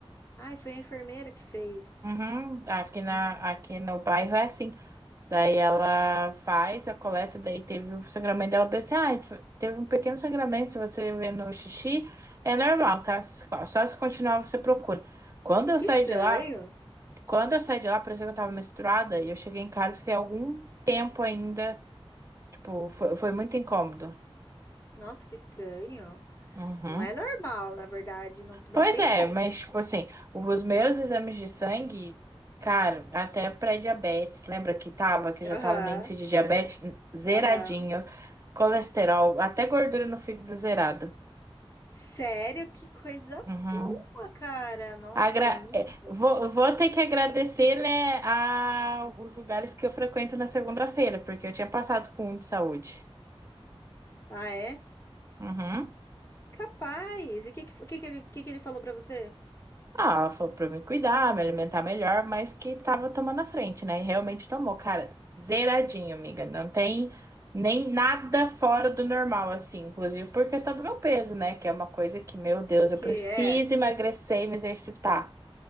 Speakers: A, on the left (about 30°); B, on the right (about 30°).
A: Ai, foi a enfermeira que fez.
B: Uhum, aqui na
A: Hum,
B: aqui no bairro é assim. Daí ela faz a coleta, daí teve o sangramento dela, pensei, ah, teve um pequeno sangramento, se você vê no xixi, é normal, tá? Só se continuar você procura. Quando eu
A: Que
B: saí
A: estranho.
B: de lá, Quando eu saí de lá, parecia que eu tava menstruada e eu cheguei em casa e fiquei algum tempo ainda. Tipo, foi, foi muito incômodo.
A: Nossa, que estranho.
B: Uhum.
A: Não é normal, na verdade. Não, não
B: Pois
A: tem
B: é,
A: como.
B: mas, tipo assim, os meus exames de sangue, cara, até pré-diabetes, lembra que tava, que eu já
A: Aham,
B: tava no índice de diabetes zeradinho,
A: aham.
B: colesterol, até gordura no fígado zerada.
A: Sério, que coisa
B: Uhum.
A: boa, cara. Nossa,
B: Agra-
A: muito
B: é,
A: bom.
B: vou, vou ter que agradecer, né, a os lugares que eu frequento na segunda-feira, porque eu tinha passado com um de saúde.
A: Ah, é?
B: Uhum.
A: Capaz. E o que, que, fo- que, que ele, que, que ele falou pra você?
B: Ah, ela falou pra eu me cuidar, me alimentar melhor, mas que tava tomando a frente, né? E realmente tomou, cara, zeradinho, amiga. Não tem nem nada fora do normal, assim, inclusive por questão do meu peso, né? Que é uma coisa que, meu Deus,
A: O que
B: eu preciso
A: é?
B: emagrecer e me exercitar.